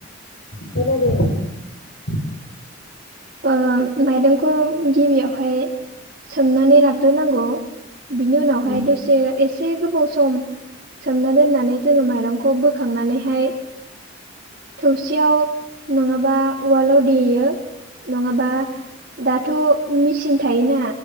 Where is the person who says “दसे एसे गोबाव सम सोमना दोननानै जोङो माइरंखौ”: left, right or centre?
Right